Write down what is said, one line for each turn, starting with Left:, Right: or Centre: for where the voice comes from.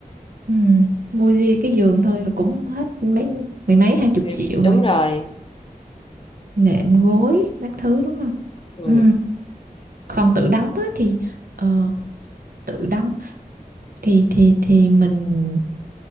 Right: ừ. mua gì cái giường thôi là cũng hết mấy mười mấy hai chục
Left: Ừ,
Right: triệu
Left: đúng
Right: rồi
Left: rồi
Right: nệm gối các thứ đúng không
Left: ừ.
Right: ừ. còn tự đóng á thì ờ, tự đóng thì thì thì mình